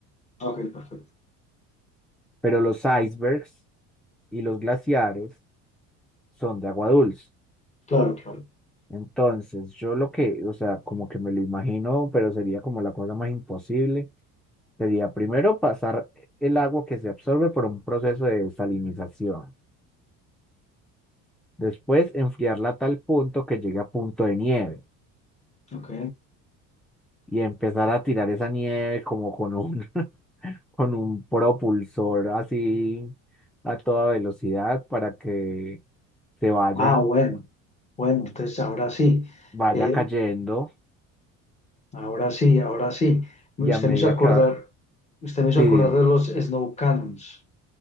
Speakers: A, on the left; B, in the centre.
A: Ok, perfecto.
B: Pero los icebergs y los glaciares son de agua dulce.
A: Claro, claro.
B: Entonces, yo lo que, o sea, como que me lo imagino, pero sería como la cosa más imposible Sería primero pasar el agua que se absorbe por un proceso de desalinización, después enfriarla a tal punto que llegue a punto de nieve
A: Ok.
B: y empezar a tirar esa nieve como con un, <laughs> con un propulsor así a toda velocidad para que se vaya,
A: Ah, bueno, bueno, entonces ahora sí,
B: vaya
A: eh,
B: cayendo
A: ahora sí, ahora sí. Usted
B: y a medida
A: me hizo acordar,
B: que va,
A: usted me hizo
B: sí,
A: acordar de los snow cannons.